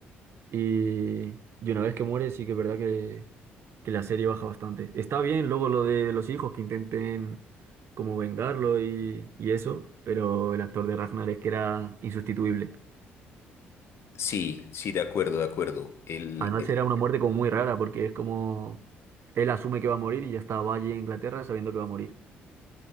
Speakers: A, on the right; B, on the left.
A: Y, y una vez que muere, sí que es verdad que, que la serie baja bastante. Está bien luego lo de los hijos que intenten como vengarlo y, y eso, pero el actor de Ragnar es que era insustituible.
B: Sí, sí, de acuerdo, de acuerdo. El,
A: Además
B: el-
A: era una muerte como muy rara porque es como él asume que va a morir y ya está, va allí a Inglaterra sabiendo que va a morir.